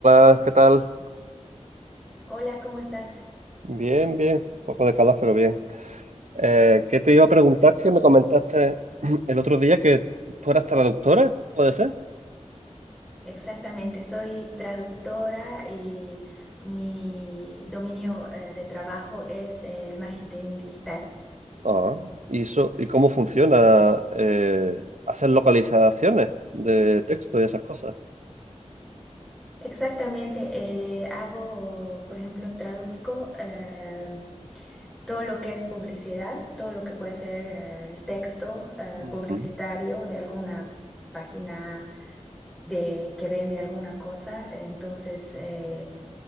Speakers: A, on the right; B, in the centre.
A: Hola, ¿qué tal?
B: Hola, ¿cómo estás?
A: Bien, bien, un poco de calor, pero bien. Eh, ¿qué te iba a preguntar? Que me comentaste <clears throat> el otro día que tú eras traductora, ¿puede ser?
B: Exactamente, soy traductora y mi dominio eh, de trabajo es el marketing digital.
A: Ah, ¿y eso, y cómo funciona? eh, ¿hacer localizaciones de texto y esas cosas?
B: Exactamente, eh, hago, por ejemplo, traduzco eh, todo lo que es publicidad, todo lo que puede ser eh, el texto eh,
A: Mm.
B: publicitario de alguna página de que vende alguna cosa. Entonces, eh,